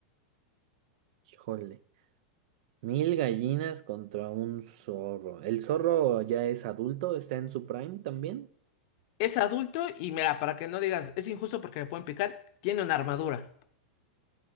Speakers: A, on the right; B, on the left.
A: Híjole, mil gallinas contra un zorro. ¿El zorro ya es adulto? ¿Está en su prime también?
B: Es adulto y mira, para que no digas, es injusto porque me pueden picar, tiene una armadura.